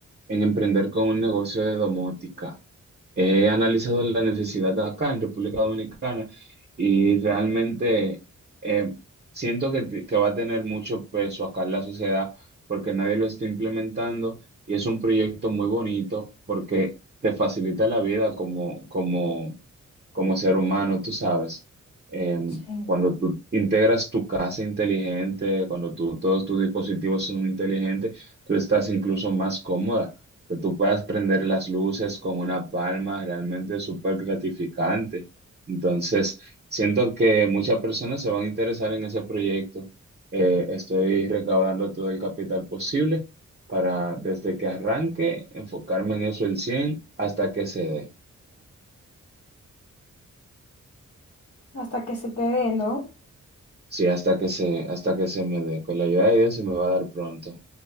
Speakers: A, on the right (about 35°); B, on the left (about 55°).
A: en emprender con un negocio de domótica. He analizado la necesidad acá en República Dominicana y realmente eh, siento que, te- que va a tener mucho peso acá en la sociedad porque nadie lo está implementando y es un proyecto muy bonito porque te facilita la vida como, como como ser humano, tú sabes, em,
B: Sí.
A: cuando tú integras tu casa inteligente, cuando tú, todos tus dispositivos son inteligentes, tú estás incluso más cómoda, que tú puedas prender las luces con una palma, realmente es súper gratificante. Entonces, siento que muchas personas se van a interesar en ese proyecto. Eh, estoy recaudando todo el capital posible para, desde que arranque, enfocarme en eso el 100 hasta que se dé.
B: Hasta que se te dé, ¿no?
A: Sí, hasta que se, hasta que se me dé. Con la ayuda de Dios se me va a dar pronto.